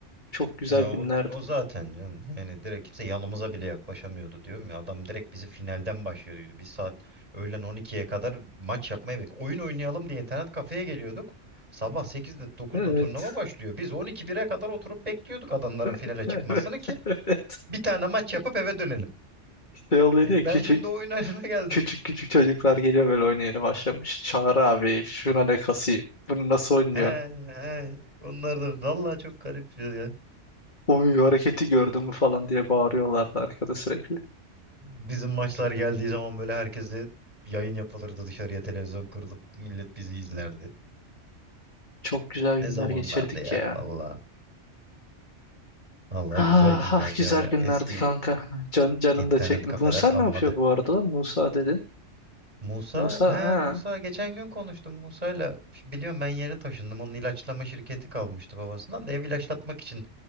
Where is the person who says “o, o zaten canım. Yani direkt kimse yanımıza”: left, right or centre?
Right